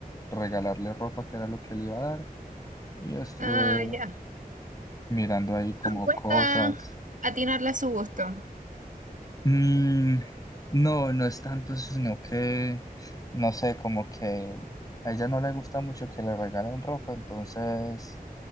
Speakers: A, on the left (about 25°); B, on the right (about 55°).
A: regalarle ropa, que era lo que le iba a dar, y estuve
B: Ah, ya.
A: mirando ahí como
B: Cuesta
A: cosas.
B: atinarle a su gusto.
A: Mm, no, no es tanto eso, sino que, no sé, como que a ella no le gusta mucho que le regalen ropa, entonces